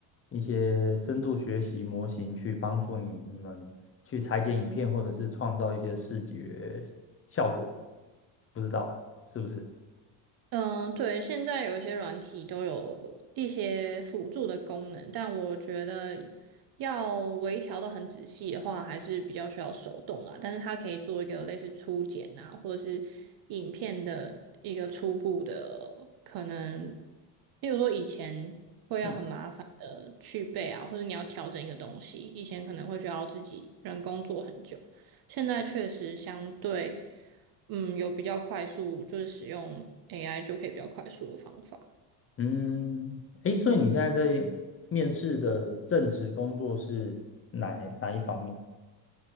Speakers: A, on the left (about 30°); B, on the right (about 50°).
A: 一些深度学习模型去帮助你你们去裁剪影片，或者是创造一些视觉效果，不知道欸是不是？
B: 嗯，对，现在有一些软体都有一些辅助的功能，但我觉得要微调的很仔细的话，还是比较需要手动啦。但是它可以做一个类似初剪啊，或者是影片的一个初步的可能，例如说以前会要很麻烦的去背啊，
A: 嗯。
B: 或者你要调整一个东西，以前可能会需要自己人工做很久，现在确实相对。嗯，有比较快速，就是使用 AI 就可以比较快速的方法。
A: 嗯，诶，所以你现在在面试的正职工作是哪哪一方面？